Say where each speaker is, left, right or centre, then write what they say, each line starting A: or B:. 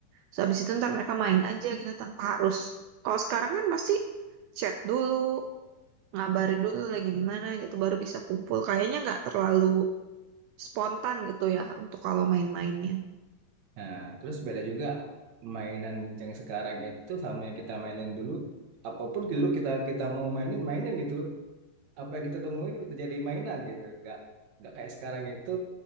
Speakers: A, on the right; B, on the right.
A: So, habis itu ntar mereka main aja gitu tanpa harus. Kalau sekarang kan pasti chat dulu, ngabarin dulu lagi di mana gitu baru bisa kumpul. Kayaknya nggak terlalu spontan gitu ya untuk kalau main-mainnya.
B: nah terus beda juga mainan yang sekarang itu sama yang kita mainin dulu apapun dulu kita kita mau mainin mainin gitu loh apa yang kita temuin kita jadi mainan gitu Nggak nggak kayak sekarang itu